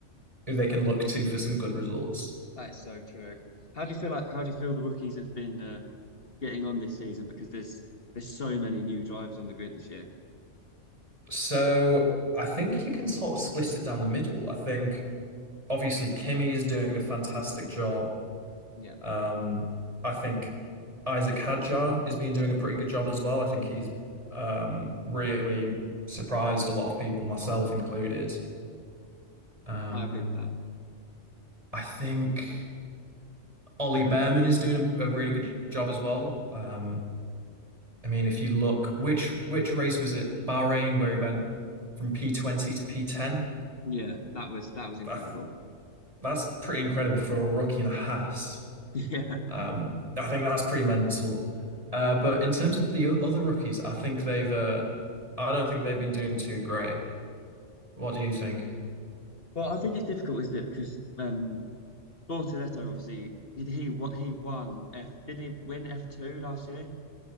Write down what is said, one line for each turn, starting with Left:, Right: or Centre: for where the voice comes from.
Right: who they can look to for some good results.
Left: That is so true. How do you feel like how do you feel the rookies have been uh, getting on this season? Because there's there's so many new drivers on the grid this year.
Right: So I think you can sort of split it down the middle. I think obviously Kimi is doing a fantastic job.
Left: Yeah,
Right: Um, I think Isaac Hadjar has been doing a pretty good job as well. I think he's um, really surprised a lot of people, myself included. Um,
Left: I agree with that.
Right: I think Ollie Behrman is doing a really good job as well. Um, I mean, if you look, which which race was it? Bahrain, where he went from P20 to P10.
Left: Yeah, that was that was incredible.
Right: I th
Left: <laughs>
Right: that's pretty incredible for a rookie and a Haas.
Left: Yeah.
Right: Um, I think that's pretty mental. Uh, but in terms of the o- other rookies, I think they've. Uh, I don't think they've been doing too great. What do you think?
Left: Well, I think it's difficult, isn't it? Because um Bortoletto obviously he he what he won F did he win F2 last year?